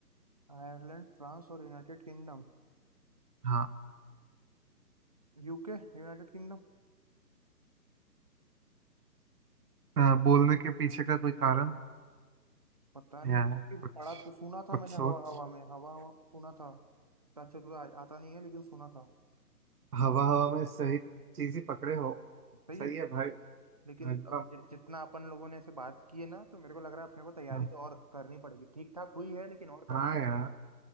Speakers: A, on the right; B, on the right.
A: Ireland France और United Kingdom
B: हाँ
A: UK United Kingdom
B: अ, बोलने के पीछे का कोई कारण
A: पता नहीं
B: या
A: कि
B: कुछ
A: पढ़ा तो सुना था
B: कुछ
A: मैंने
B: सोच
A: हवा हवा में हवा हवा को सुना था अच्छा तुझे आ- आता नहीं है लेकिन सुना था
B: हवा हवा में सही चीज ही पकड़े हो
A: सही
B: सही
A: है
B: है भाई
A: लेकिन
B: एकदम
A: अब जि- जितना अपन लोगों ने ऐसे बात की है ना तो मेरे को लग रहा है अपने को तैयारी
B: हाँ
A: तो और करनी पड़ेगी ठीक ठाक हुई है लेकिन और करनी
B: हाँ यार
A: पड़ेगी